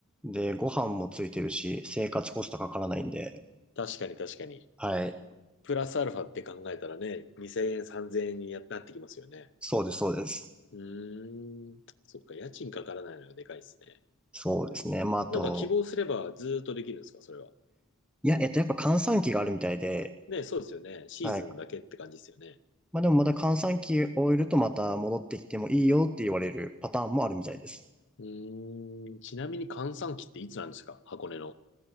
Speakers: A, in the centre; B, on the left.
A: で、ご飯もついてるし、生活コストかからないんで。
B: 確かに確かに。
A: はい。
B: プラスアルファって考えたらね、2000円、3000円にやなってきますよね。
A: そうです、そうです。
B: うーん。そっか、家賃かからないのがでかいっすね。
A: そうですね。まあ、あと、
B: なんか希望すればずーっとできるんですか、それは。
A: いや、えっと、やっぱ閑散期があるみたいで、
B: ね、そうですよね。シーズンだけって感じですよね。
A: はい。まあでもまた閑散期終えるとまた戻ってきてもいいよって言われるパターンもあるみたいです。
B: うーん。ちなみに閑散期っていつなんですか、箱根の。